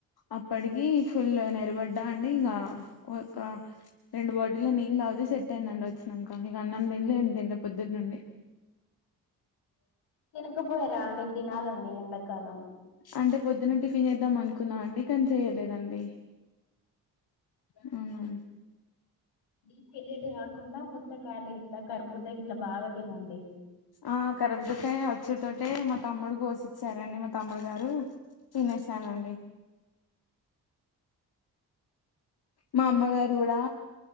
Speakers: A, on the left (about 65°); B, on the left (about 85°).
A: అప్పటికి ఫుల్ నిరబడ్డా అండి ఇంగా ఒక రెండు బాటిల్లో నీళ్ళ తాగుతే సెటయ్యింది అండి వచ్చినంక ఇగ అన్నం తిన్లే ఏమ్ తిన్ ఇగ పొద్దున్నుండి
B: తినకపోయారాండి తినాలండి ఎండకాలం
A: అంటే పొద్దున టిఫిన్ చేద్దాం అనుకున్నా అండి కానీ చేయలేదండి అవునా
B: డిహైడ్రేట్ కాకుండా పుచ్చకాయలు ఇట్లా కర్బూజాగిట్లా బాగా తినండి
A: ఆ కార్బుజకాయ వచ్చుడుతోటే మా తమ్ముడు కోసిచ్చారండి మా తమ్ముడు గారు తినేసాండి మా అమ్మగారు కుడా